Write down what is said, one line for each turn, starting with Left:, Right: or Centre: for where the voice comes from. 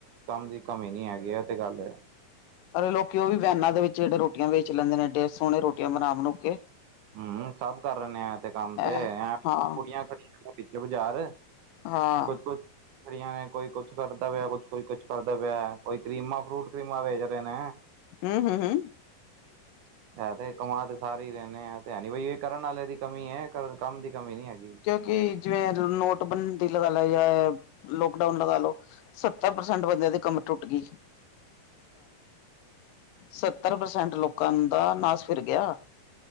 Right: ਕੰਮ ਦੀ ਕਮੀ ਨੀ ਹੈਗੀ ਐ ਤੇ ਗੱਲ ਹੈ।
Left: ਲੋਕੀ ਓ ਵੀ ਵੈਨਾਂ ਦੇ ਵਿੱਚ ਜਿਹੜੇ ਰੋਟੀਆਂ ਵੇਚ ਲੈਂਦੇ ਨੇ ਐਡੇ ਸੋਹਣੇ ਰੋਟੀਆ ਬਣਾ ਬਣੂ ਕੇ
Right: ਹੂੰ ਸਭ ਕਰ ਰਏ ਨੇ ਆਏ ਤੇ ਕੰਮ
Left: ਹੈਂ
Right: ਤੇ ਐ
Left: ਹਾਂ
Right: ਕੁੜੀਆਂ ਕੜੀਆਂ ਕਿਥੇ ਬਾਜ਼ਾਰ
Left: ਹਾਂ
Right: ਕੁਛ- ਕੁਛ। ਵੱਖਰੀਆਂ ਨੇ ਕੋਈ ਕੁਛ ਕਰਦਾ ਪਿਆ, ਕੁਛ ਕੋਈ ਕੁਛ ਕਰਦਾ ਪਿਆ ਕੋਈ ਕਰੀਮਾਂ ਫਰੂਟ ਕਰੀਮਾਂ ਵੇਚ ਰਹੇ ਨੇ।
Left: ਹੂੰ-ਹੂੰ-ਹੂੰ।
Right: ਮੈ <inaudible> ਸਾਰੇ ਹੀ ਰਹਿਣੇ ਆ ਤੇ ਐ ਨੀ ਬਈ ਏ ਕਰਨ ਆਲੇ ਦੀ ਕਮੀ ਐ ਕਰਨ ਕੰਮ ਦੀ ਕਮੀ ਨੀ ਹੈਗੀ।
Left: ਕਿਉਂਕਿ ਜਿਵੇਂ ਨੋਟਬੰਦੀ ਲਗਾ ਲੈ ਜਾਂ ਲੋਕਡਾਊਨ ਲਗਾ ਲੋ ਸੱਤਰ ਪ੍ਰਸੈਂਟ ਬੰਦਿਆਂ ਦੀ ਕਮਰ ਟੁੱਟ ਗੀ।
Right: <unintelligible>
Left: ਸੱਤਰ ਪ੍ਰਸੈਂਟ ਲੋਕਾਂ ਦਾ ਨਾਸ ਫਿਰ ਗਿਆ।